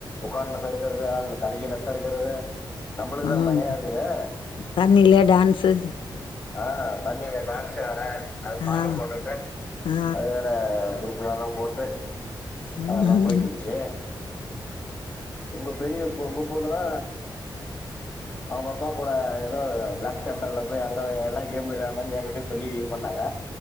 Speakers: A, on the left (about 15°); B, on the left (about 85°).
A: உக்கானு சருக்குறது அதுல தலைகீழ சருக்குறது நம்பளுக்குதா
B: ம்
A: பய இருக்குதே
B: தண்ணிலே டான்ஸு
A: ஆ தண்ணில டான்ஸு ஆட அது
B: ஆ
A: பாட்டு போட்டுவுட்டு
B: ஆ
A: அது வேற குரூப்புலலா போட்டு
B: ம்
A: அதெல்லா போயிட்டுருந்ச்சு உங்க பெரிய பொ உங்க பொ ண்ணுதா அவுங்க அப்பா கூட எதோ பிளாக் தண்டரில போய் அங்க எல்லா கேம் விள்யாண்டன் என்கிட்ட சொல்லி இது பண்ணாங்க